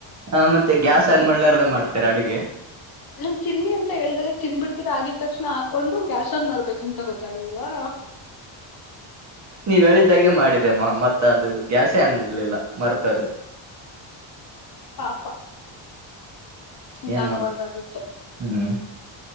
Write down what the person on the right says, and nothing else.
ಆ ಮತ್ತೆ ಗ್ಯಾಸ್ ಅನ್ ಮಾಡಾರ್ದ ಮಾಡ್ತಾರೆ ಅಡುಗೆ
ನೀವ್ ಹೇಳಿದ್ದಾಗೆ ಮಾಡಿದಮ್ಮ ಮತ್ ಅದು ಗ್ಯಾಸಹೇ ಆನ್ ಮಾಡಲಿಲ್ಲ ಮರ್ತೋದೆ
ಏನ್
ಮಾಡ ಹ್ಮ್